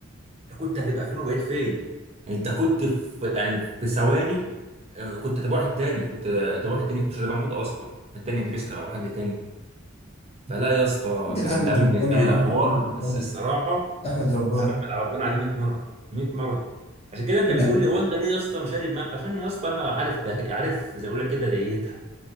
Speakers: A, on the right; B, on the left.
A: انت كنت هتبقى فين وبقيت فين انت كنت في يعني في ثواني آه، كنت هتبقى واحد تاني كنت هتبقى واحد تاني كنت هتبقى موجود اصلا التاني انت لسه هتبقى حد تاني فلا يا اسطى
B: ده
A: كان
B: تحمد
A: ده بالنسبه
B: ربنا يا
A: لي
B: عم
A: ده حوار
B: تحمد ربنا
A: بس الصراحه
B: تحمد ربنا
A: انا بحمد على ربنا عليه 100 مره 100 مره عشان كده انت
B: لا،
A: بتقول لي هو انت ليه يا اسطى مشاري دماغك عشان يا اسطى انا عارف ده عارف زي ما بقول لك كده ديتها